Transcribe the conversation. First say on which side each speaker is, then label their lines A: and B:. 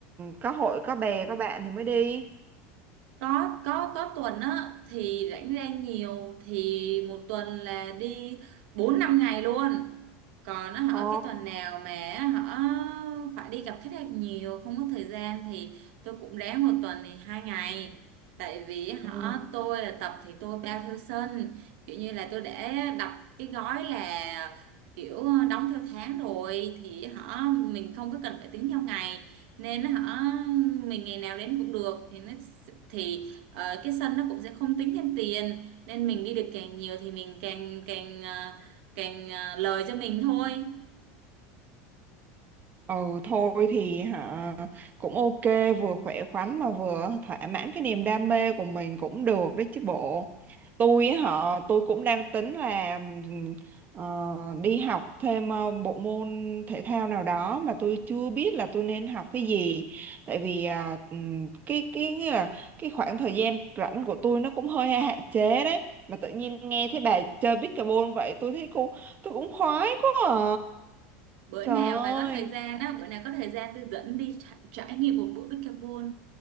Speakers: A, on the right (about 30°); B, on the right (about 70°).
A: có hội có bè có bạn thì mới đi
B: có có có tuần á thì rảnh rang nhiều thì một tuần là đi bốn năm ngày luôn còn nó hở
A: Ồ.
B: cái tuần nào mà á phải đi gặp khách hàng nhiều không có thời gian thì tôi cũng ráng một tuần thì hai ngày tại vì họ
A: ừ
B: tôi là tập thì tôi bao theo sân kiểu như là tôi để đặt cái gói là kiểu đóng theo tháng rồi thì họ mình không có cần phải tính theo ngày nên hả mình ngày nào đến cũng được thì nó thì ờ, cái sân nó cũng sẽ không tính thêm tiền nên mình đi được càng nhiều thì mình càng càng ờ, càng ờ, lời cho mình thôi
A: Ừ thôi thì hả cũng ok vừa khỏe khoắn mà vừa thỏa mãn cái niềm đam mê của mình cũng được đấy chứ bộ tôi họ tôi cũng đang tính là ừm, ờ, đi học thêm ờ, bộ môn thể thao nào đó mà tôi chưa biết là tôi nên học cái gì tại vì ờ, ừm, cái cái nghĩa là cái khoảng thời gian rảnh của tôi nó cũng hơi hạn chế đấy mà tự nhiên nghe thấy bà chơi pickleball vậy tôi thấy cô tôi cũng khoái quá à
B: bữa
A: trời
B: nào bà có
A: ơi
B: thời gian á bữa nào có thời gian tôi dẫn đi trải, trải nghiệm một bữa pickleball